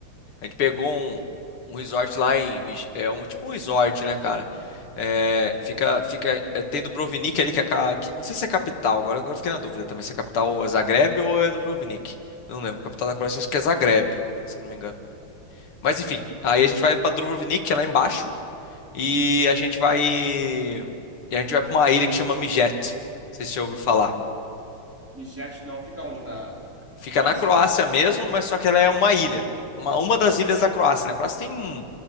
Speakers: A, on the left; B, in the centre.
A: A gente pegou um, um resort lá em. Mich- É um, tipo um resort, né, cara? É, fica, fica, é, tem Dubrovnik ali, que é. ca- que- não sei se é capital, agora, agora eu fiquei na dúvida também se é capital é Zagreb ou é Dubrovnik. Não lembro, capital da Croácia acho que é Zagreb, se eu não me engano. Mas enfim, aí a gente vai pra Dubrovnik, que é lá embaixo, e a gente vai. E a gente vai pra uma ilha que chama Mijet. Não sei se você já ouviu falar.
B: E jet não fica onde? Na
A: Fica
B: Croácia?
A: na Croácia mesmo, mas só que ela é uma ilha. Uma, uma das ilhas da Croácia, né? A Croácia tem hum,